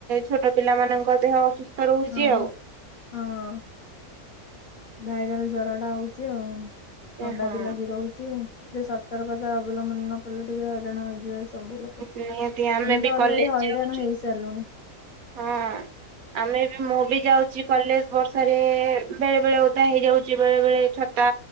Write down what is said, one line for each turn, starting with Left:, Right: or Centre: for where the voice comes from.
Right: ଛୋଟ ପିଲାମାନଙ୍କ ଦେହ ଅସୁସ୍ଥ ରହୁଛି
Left: ହଁ ପା
Right: ଆଉ।
Left: ହଁ ଭାଇରାଲ ଜର ଟା ହୋଉଚି ଆଉ। ଥଣ୍ଡା
Right: ହଁ
Left: ବି ଲାଗି ରୋହୁଚି ଯେ ସତର୍କତା ଅବଲମ୍ବନ ନ କଲେ ଟିକେ ହଇରାଣ ହେଇଯିବ ସବୁ ଲୋକୋ
Right: ନିହାତି
Left: ଆମେ
Right: ବି
Left: ତ
Right: କଲେଜ
Left: ଅଲରେଡି ହଇରାଣ
Right: ଯାଉଛୁ
Left: ହେଇସାରିଲୁଣି।
Right: ହଁ ଆମେ ବି ମୁଁ ବି ଯାଉଚି କଲେଜ ବର୍ଷାରେ ବେଳେ ବେଳେ ଓଦା ହେଇଯାଉଚି ବେଳେ ବେଳେ ଛ ତା